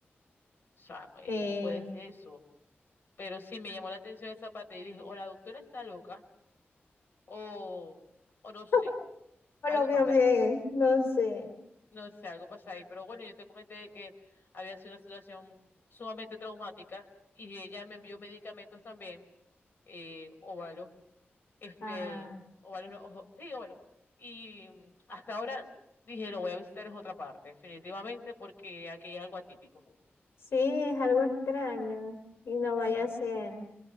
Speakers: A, on the left (about 55°); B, on the left (about 75°).
A: sea, eh,
B: Sí.
A: puede ser eso. Pero sí me llamó la atención esa parte y dije, o la doctora está loca, o, o no sé,
B: <laughs> o
A: algo
B: lo vio
A: pasa
B: bien,
A: ahí.
B: no sé.
A: No sé, algo pasa ahí. Pero bueno, yo te comenté que había sido una situación sumamente traumática y ella me envió medicamentos también, eh, óvalos, este,
B: Ah,
A: óvalos, no, ojo, sí, óvalos. Y mm, hasta ahora dije, lo voy a visitar en otra parte, definitivamente, porque aquí hay algo atípico.
B: Sí, es algo extraño y no vaya
A: Sí.
B: a ser.